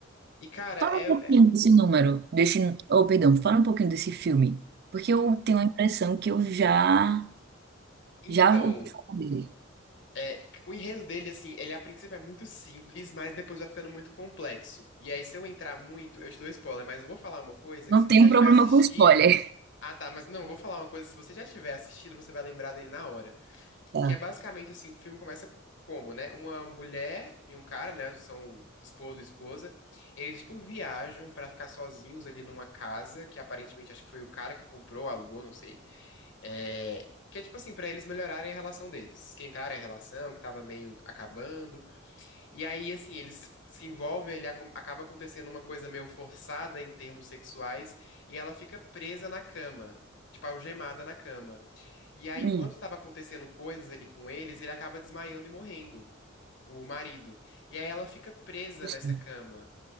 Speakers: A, on the left; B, on the right.
A: E cara,
B: Fala
A: é.
B: um pouquinho
A: é-
B: desse número, desse, oh, perdão, fala um pouquinho desse filme, porque eu
A: en-
B: tenho a impressão que eu já
A: então,
B: já ouvi falar dele.
A: é, o enredo dele, assim, ele a princípio é muito simples, mas depois vai ficando muito complexo. E aí, se eu entrar muito, eu te dou spoiler, mas eu vou falar uma coisa
B: Não
A: que se
B: tenho
A: você já tiver
B: problema
A: assistido.
B: com spoiler.
A: Ah, tá, mas não, eu vou falar uma coisa, se você já tiver assistido, você vai lembrar dele na hora.
B: Tá.
A: Que é basicamente assim, o filme começa como, né? Uma mulher e um cara, né? São esposo e esposa. Eles, tipo, viajam pra ficar sozinhos ali numa casa, que aparentemente acho que foi o cara que comprou, alugou, não sei. É, Que é tipo assim, pra eles melhorarem a relação deles, esquentarem a relação, que tava meio acabando. E aí, assim, eles se envolvem, ele acom- acaba acontecendo uma coisa meio forçada em termos sexuais, e ela fica presa na cama, tipo, algemada na cama. E aí,
B: Hum,
A: enquanto estava acontecendo coisas ali com eles, ele acaba desmaiando e morrendo, o marido. E aí ela fica presa
B: gostei.
A: nessa cama.